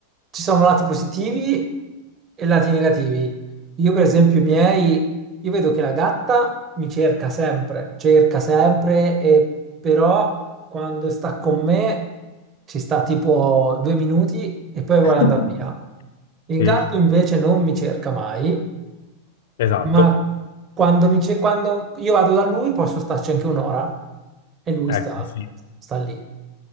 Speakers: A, on the right; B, on the left.
A: ci sono lati positivi e lati negativi. Io, per esempio, i miei, io vedo che la gatta mi cerca sempre, cerca sempre, e però quando sta con me ci sta tipo due minuti e poi vuole
B: <laughs>
A: andare via. Il
B: Sì,
A: gatto invece non mi cerca mai
B: esatto.
A: Ma quando, mi c'è- quando io vado da lui posso starci anche un'ora e lui
B: Ecco,
A: sta,
B: sì.
A: sta lì.